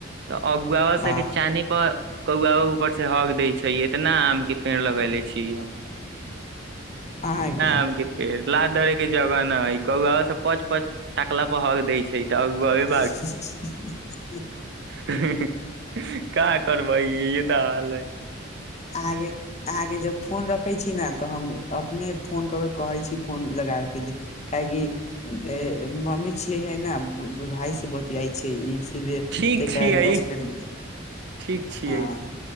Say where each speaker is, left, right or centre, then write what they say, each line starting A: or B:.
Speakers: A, on the right; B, on the left.
A: तऽ अगुआवा
B: हँ
A: सबके चानी पर कौुआवा ऊपर से हग दैय छै एतना आम के पेड़ लगेले छी
B: अहाके
A: आम के पेड़ लात धरे के जगह न है कौआवा सब पच पच टकला पर हग दै छै तऽ अगुआवा
B: हींहींहीं
A: हीं हीं का करबै इहे तऽ हाल हइ
B: अहाँके अहाँके जब फोन रखे छी ने तऽ हम अपने फोन कऽ के कहे छी फोन लगाय के जे खायेगी ए मम्मी छियैये ने भाय से बतियाई छै
A: ठीक
B: तयके
A: छियै
B: बाद दस मिनट
A: ठीक छियै
B: हँ